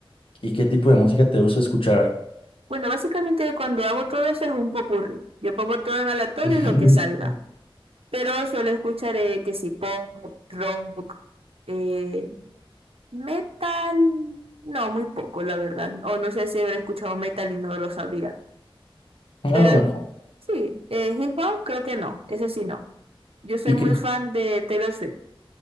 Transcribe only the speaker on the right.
Bueno, básicamente cuando hago todo eso es un popurrí. Yo pongo todo en aleatorio
y lo que salga. Pero suelo escuchar eh, que si pop, rock, eh, Metal, no, muy poco, la verdad. O no sé si habrá escuchado metal y no lo sabría.
Pero
sí, eh, hip hop creo que no, ese sí no. Yo soy
muy
fan de Taylor Swift,